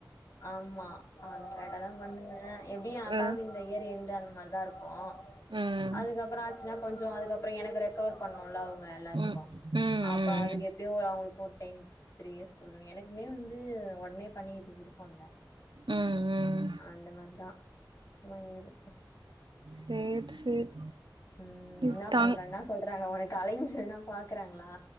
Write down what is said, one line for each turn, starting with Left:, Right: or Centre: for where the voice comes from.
Left: ஆமா அவ் லேட்டா தா பண்ணுவே எப்டியு
Right: அ
Left: அக்காக்கு இந்த இயர் எண்டு அந்த மார் தா இருக்கு
Right: ம் ம்
Left: அதுக்கப்பறொ ஆச்சுனா கொஞ்ச அதுக்கப்பறொ எனக் கெடையாத் கவர் பண்ணுல்ல அவுங்க எல்லாத்துக்கு
Right: ம் ம்
Left: அப்பறொ அதுக்கு எப்டியு ஒரு அவுங்களுக்கு ஒரு டென் த்ரீ இயர்ஸ் குடுக்கணு எனக்குமே வந்து ஒட்னே பண்ணிகிதுக்கு விருப்பொ இல்ல
Right: ம் ம்
Left: அந்த மாரி தா போனியது
Right: சேரி சேர்
Left: ம்
Right: இத்தாங்
Left: இன்ன பண்ற இன்ன சொல்றாங்க ஒனக்கு அலைன்ஸ் எதுனா பாக்குறாங்களா